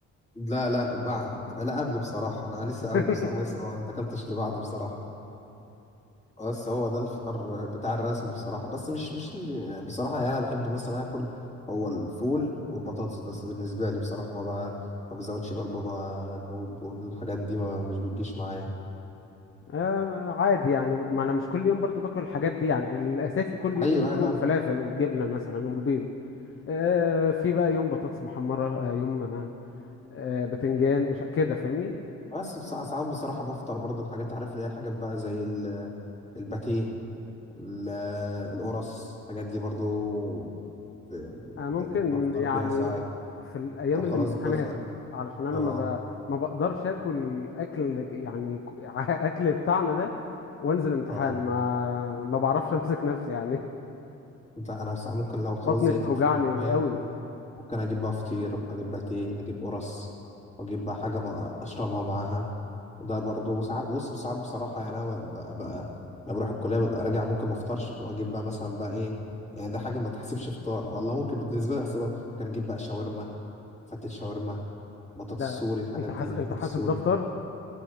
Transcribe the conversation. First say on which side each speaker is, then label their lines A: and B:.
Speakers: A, on the left (about 20°); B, on the left (about 45°).
A: لا لا بعد لا قبل بصراحة انا لسه
B: <laughs>
A: قبل بصراحة لسه ما اكلتش اللي بعد بصراحة بس هو ده الفطار بتاع الرسمي بصراحة بس مش مش اللي بصراحة يعني أنا بحب مثلا آكل هو الفول والبطاطس بس بالنسبة لي بصراحة ما ب... ما بزودش بقى البابا غنوب والحاجات دي ما مش بتجيش معايا
B: آه ما- عادي يعني ما انا مش كل يوم برضو باكل الحاجات دي يعني الاساسي كل يوم
A: أيوه
B: الفول
A: أيوة، لا
B: والفلافل
A: أنا
B: والجبنه مثلا والبيض آه في بقى يوم بطاطس محمره آه يوم آه آه، بتنجان مش كده فاهمني
A: بس بصراحة ساعات بصراحة بفطر برضو الحاجات عارف اللي هي الحاجات بقى زي ال... الباتيه ال... القرص الحاجات دي برضو ب...
B: آه
A: ب...
B: ممكن
A: بفطر
B: يعني
A: بيها ساعات
B: في الايام
A: لو خلاص
B: الامتحانات
A: بزهق
B: علشان انا
A: اه
B: ما ب... ما بقدرش اكل اكل يعني ك- <laughs> اكل بتاعنا ده وانزل امتحان
A: اه
B: ما ما بعرفش امسك نفسي يعني
A: لا انا ساعة ممكن لو خلاص
B: بطني
A: زهقت
B: بتوجعني
A: من الفول والطعمية
B: قوي
A: ممكن اجيب بقى فطير اجيب باتيه اجيب قرص واجيب بقى حاجه ما اشربها معاها وده برضو ساعات بص ساعات بصراحه يعني انا ببقى بقى لما بروح الكليه ببقى راجع ممكن ما افطرش واجيب بقى مثلا بقى ايه يعني ده حاجه ما تحسبش فطار والله ممكن بالنسبه لي بحسبها ممكن اجيب بقى شاورما فتة شاورما بطاطس
B: ده
A: سوري الحاجات
B: انت
A: دي
B: حاس...
A: حاجات
B: انت حاسب
A: السوري
B: دفتر